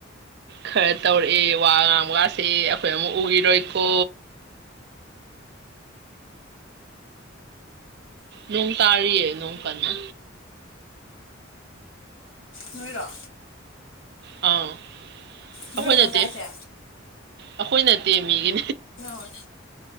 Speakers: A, on the right; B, on the left.
A: ꯈꯔ ꯇꯧꯔꯛꯑꯦ ꯋꯥ ꯉꯥꯡꯕꯒꯥꯁꯦꯦ ꯑꯩꯈꯣꯏ ꯑꯃꯨꯛ ꯎꯈꯤꯔꯣꯏꯀꯣ ꯅꯣꯡ ꯇꯥꯔꯤꯌꯦ ꯅꯣꯡ ꯀꯟꯅ
B: ꯅꯣꯏꯔꯣ
A: ꯑꯥ
B: ꯅꯣꯏꯔꯣ
A: ꯑꯩꯈꯣꯏ
B: ꯅꯪ
A: ꯅꯠꯇꯦ
B: ꯇꯥꯏꯁꯦ
A: ꯑꯩꯈꯣꯏ ꯅꯠꯇꯦ ꯃꯤꯒꯤ
B: ꯣꯏ